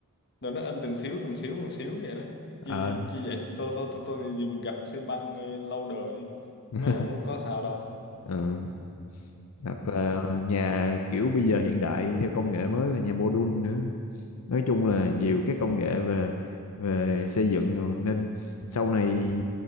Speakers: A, on the left; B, on the left.
A: rồi nó in từng xíu từng xíu từng xíu vậy đó
B: ờ,
A: chi chi vậy tôi tôi tôi, tôi dùng gạch xi măng ờ, lâu đời đi
B: <laughs>
A: nó có sao đâu
B: Ừ. đặt
A: Ừ.
B: là nhà kiểu bây giờ hiện đại theo công nghệ mới là nhà mô đun nữa nói chung
A: Ừ,
B: là nhiều cái công nghệ về về xây dựng rồi nên sau này